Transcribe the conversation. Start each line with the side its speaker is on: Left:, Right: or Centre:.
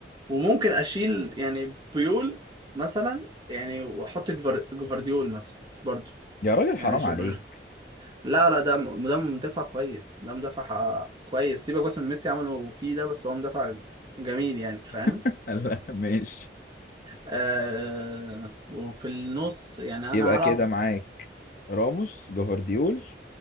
Right: وممكن اشيل يعني بيول مثلا يعني واحط جفر- جفارديول مثلا برضو
Left: يا راجل
Right: يعني
Left: حرام
Right: ش-
Left: عليك
Right: بش- لا لا ده م- ده مدافع كويس ده مدافع آه، كويس سيبك بس من ميسي عمله فيه ده بس هو مدافع جميل يعني فاهم
Left: <laughs> لا ماشي
Right: آه وفي النص يعني
Left: يبقى
Right: انا هلعب
Left: كده معاك راموس جفارديول